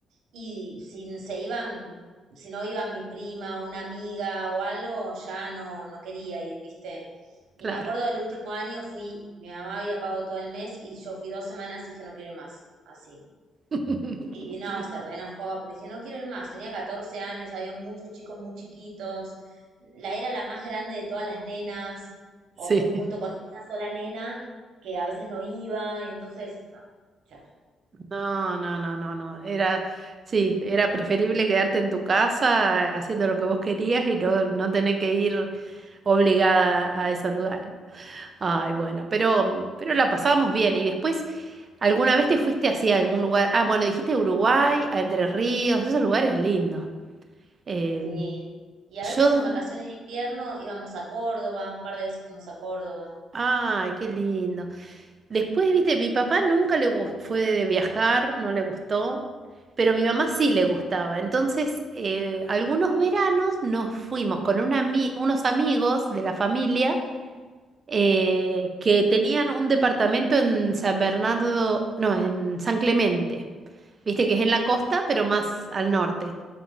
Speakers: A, on the right (about 75°); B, on the right (about 40°).
A: y si se iban, si no iban mi prima o una amiga o algo, ya no, no quería ir, ¿viste? Y
B: claro.
A: me acuerdo del último año fui, mi mamá había pagado todo el mes y yo fui dos semanas y dije no quiero ir más, así.
B: <laughs>
A: Y no, se reenojó, pero dije, no quiero ir más. Tenía 14 años, había muchos chicos muy chiquitos. La era la más grande de todas las nenas,
B: Sí.
A: o co- junto con una sola nena que a veces no iba, y entonces, no, ya está.
B: No, no, no, no, no. Era, sí, era preferible quedarte en tu casa eh, haciendo lo que vos querías y no, no tener que ir obligada a esos lugares. Ay, bueno, pero, mm, pero la pasábamos bien. Y después, ¿alguna vez te fuiste así a algún lugar? Ah, bueno, dijiste Uruguay, a Entre Ríos, esos lugares lindos. Em,
A: Sí. Y a
B: yo,
A: veces en vacaciones de invierno íbamos a Córdoba, un par de veces fuimos a Córdoba.
B: ay, qué lindo. Después, viste, mi papá nunca le gu- fue de viajar, no le gustó, pero a mi mamá sí le gustaba. Entonces, eh, algunos veranos nos fuimos con una ami- unos amigos de la familia eh, que tenían un departamento en San Bernardo, no, en San Clemente. Viste que es en la costa, pero más al norte.